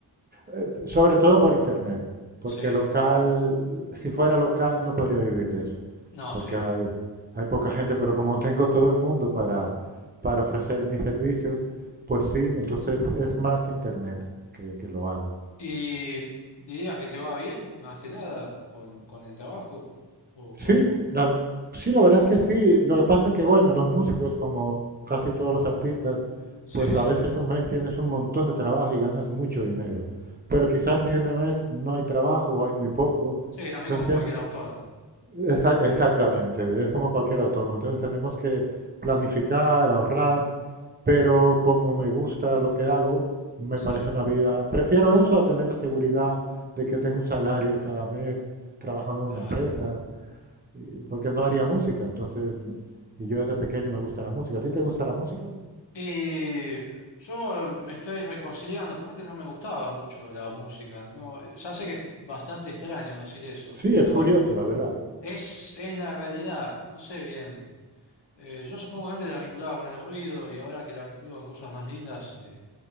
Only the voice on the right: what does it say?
Eh, sobre todo por internet, porque
local, si fuera local no podría vivir de eso,
porque
hay, hay poca gente, pero como tengo todo el mundo para, para ofrecer mis servicios, pues sí, entonces es más internet que, que lo hago.
Sí,
la, sí, la verdad es que sí, lo que pasa es que, bueno, los músicos, como casi todos los artistas,
pues
a veces un mes tienes un montón de trabajo y ganas mucho dinero, pero quizás el siguiente mes no hay trabajo o hay muy poco,
entonces
tienes
Exa- Exactamente, es como cualquier autónomo. Entonces tenemos que planificar, ahorrar, pero como me gusta lo que hago, me
parece una vida, prefiero eso a tener la seguridad de que tengo un salario cada mes trabajando en
una empresa, y- porque no haría música. Entonces, y yo desde pequeño me gusta la música. ¿A ti te gusta la música?
Sí,
es curioso, la verdad.